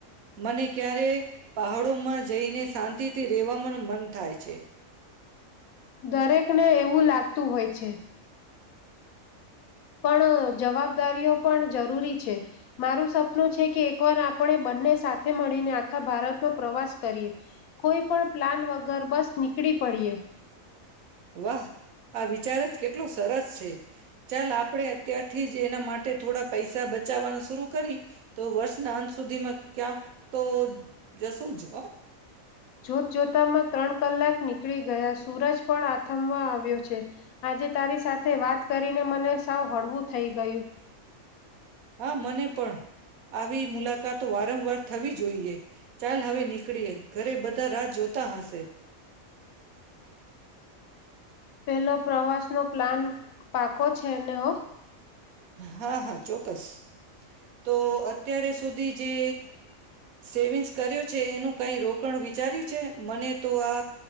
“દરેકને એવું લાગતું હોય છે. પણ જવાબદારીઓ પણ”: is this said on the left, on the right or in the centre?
Left